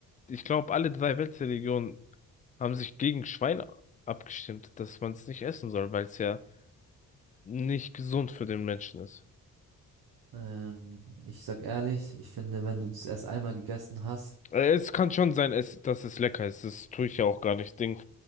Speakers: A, on the left; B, on the right.
A: ich glaube, alle drei Weltreligionen haben sich gegen Schwein abgestimmt, dass man es nicht essen soll, weil es ja nicht gesund für den Menschen ist.
B: Ähm, ich sag ehrlich, ich finde, wenn du das erst einmal gegessen hast,
A: Äh, Es kann schon sein, es, dass es lecker ist. Das tue ich ja auch gar nicht. Ding.